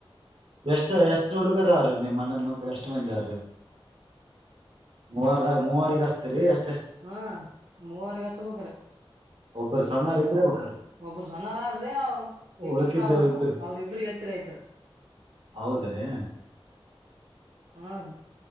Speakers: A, on the right; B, on the right.
A: ಎಷ್ಟ ಎಷ್ಟ್ ಹುಡುಗರ ಅವ್ರೀ ನಿಮ್ಮ್ ಅಣ್ಣನ ಮಕ್ಳ ಎಷ್ಟ ಮಂದಿ ಅವ್ರಿ ಮೂವರ್ದಾಗ ಮೂವರಿಗೆಗ ಅಸ್ತೀರಿ ಅಷ್ಟ್
B: ಹಾ ಮೂವರ್ಗಚ್ ಬಕ್ರ
A: ಒಬ್ಬ್ರ ಸಣ್ಣಾರ್ ಇಬ್ರೇ
B: ಒಬ್ಬರು
A: ಬೇಕಾರ
B: ಒಬ್ರು ಸನಾರಾರ್ರೀ ಈ
A: ಉಳಕಿದ್ದೇವ್
B: ಫಸ್ಟ್
A: ಇಬ್ರಿ
B: ಅವ್ರ ಇಬ್ರಗ ಹಚ್ಚಿರಿ ಯತಾರ
A: ಹೌದ್ರಿ
B: ಹ ರೀ